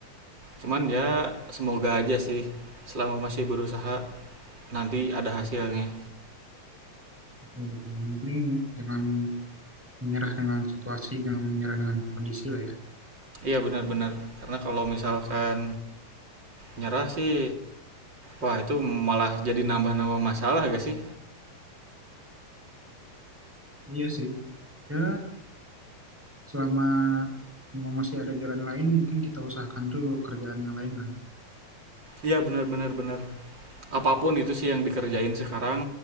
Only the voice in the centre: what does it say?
betul betul. Yang penting, jangan menyerah dengan situasi jangan menyerah dengan kondisi lah ya
iya sih ya selama memang masih ada jalan lain mungkin kita usahakan dulu kerjaan yang lain lah ya.